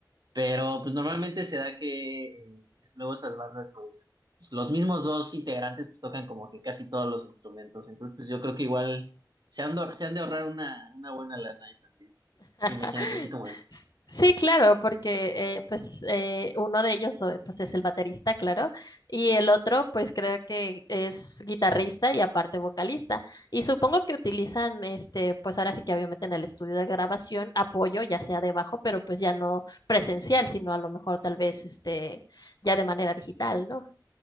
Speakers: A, on the right; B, on the left.
A: Pero pues normalmente se da que eh, luego esas bandas, pues los mismos dos integrantes pues, tocan como que casi todos los instrumentos. Entonces, pues yo creo que igual se han de, ahor- se han de ahorrar una, una buena lana ahí también.
B: <laughs>
A: Imagínate así como,
B: Sí, claro, porque eh, pues eh, uno de ellos o- pues es el baterista, claro, y el otro pues creo que es guitarrista y aparte vocalista. Y supongo que utilizan este, pues ahora sí que obviamente en el estudio de grabación apoyo, ya sea debajo, pero pues ya no presencial, sino a lo mejor tal vez este ya de manera digital, ¿no?